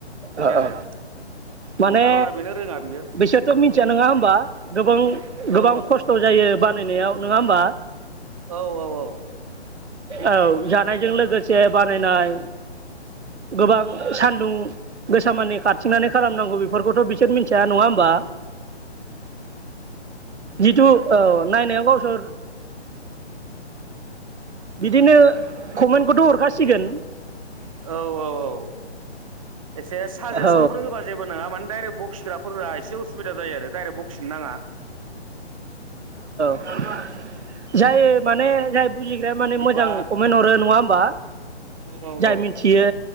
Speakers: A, on the right; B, on the right.
A: ओ
B: आरो
A: ओ माने
B: उम खार'ना बेनो रोङा बियो
A: बिसोरथ' मिथिया नङा होमबा गोबां
B: औ
A: गोबां खस्थ' जायो बानायनायाव नङा होमबा?
B: औ औ औ
A: औ जानायजों लोगोसे बानायनाय गोबां सान्दुं गोसा‌ मानि खारथिंनानै खालामनांगौ बेफोरखौथ' बिसोर मिन्थिया नङा होमबा? जिथु औ नायनाया गावसोर
B: औ
A: बिदिनो कमेन्टखौथ'
B: औ
A: हरखासिगोन
B: औ एसे साजेसनफोर
A: औ
B: होबा जेबो नङा माने दडाइरेक्ट बखिग्राफोरा सुबिदा जायो आरो डायरेक्ट बखिनो नाङा
A: <unintelligible> जाय
B: ओ
A: माने जाय बुजिग्राया माने
B: होनबा
A: मोजां कमेन्ट हरो नङा होमबा
B: औ औ औ
A: जाय
B: औ
A: मिथियो